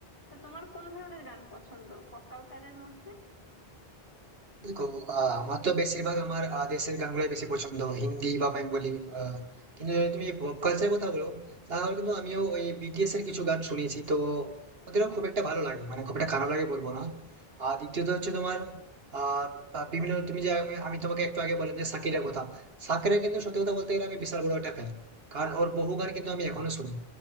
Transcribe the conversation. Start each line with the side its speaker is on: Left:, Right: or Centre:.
Left: তা তোমার কোন ধরনের গান পছন্দ পপ কালচারের মধ্যে
Right: দেখো আহ, আমার তো বেশিরভাগ আমার আহ, দেশের গানগুলোই বেশি পছন্দ হিন্দি বা বেঙ্গলি আহ, কিন্তু যদি তুমি পপ কালচারের কথা বলো তাহলে কিন্তু আমিও ওই বিটিএস এর কিছু গান শুনেছি তো ওদেরও খুব একটা ভালো লাগে মানে খুব একটা খারাপ লাগে বলবো না আর দ্বিতীয়ত হচ্ছে তোমার আহ আহ, বিভিন্ন তুমি যে আমি আমি তোমাকে একটু আগে বললাম যে শাকিরের কথা শাকিরের কিন্তু সত্যি কথা বলতে গেলে আমি বিশাল বড় একটা ফ্যান কারণ ওর বহু গান কিন্তু আমি এখনো শুনি